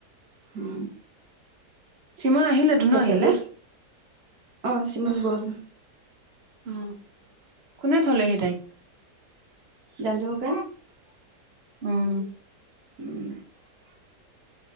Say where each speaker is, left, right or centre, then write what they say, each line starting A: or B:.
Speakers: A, on the right; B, on the right.
A: উম
B: চ্ৰীমন আহিলেতো
A: তাকে
B: ন ইিহঁলে
A: এই অ চিমন‌ গ'ল
B: অ কোনে থলে সেইটাই
A: গড হক
B: উম
A: উম